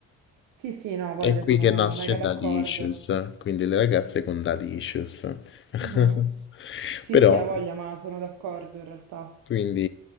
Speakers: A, on the right; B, on the left.
A: Sì, sì, no,
B: È
A: voglia,
B: qui
A: sono
B: che nasce
A: mega d'accordo.
B: Daddy Issues, quindi le ragazze con Daddy Issues. <laughs>
A: Mhm. Sì,
B: Però
A: sì, ha voglia, ma sono d'accordo in realtà.
B: quindi